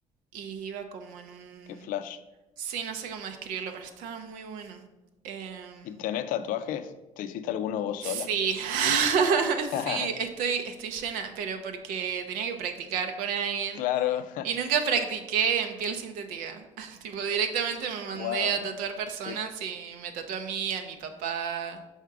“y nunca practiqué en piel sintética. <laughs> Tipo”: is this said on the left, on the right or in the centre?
Right